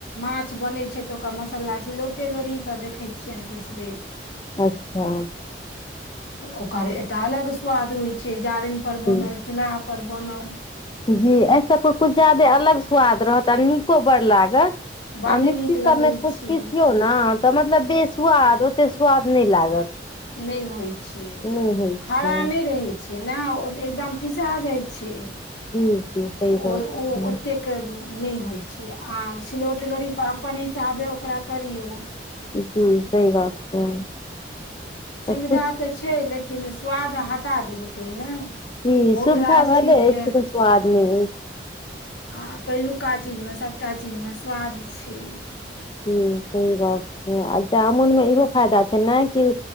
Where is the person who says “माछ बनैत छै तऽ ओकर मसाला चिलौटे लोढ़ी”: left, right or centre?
Left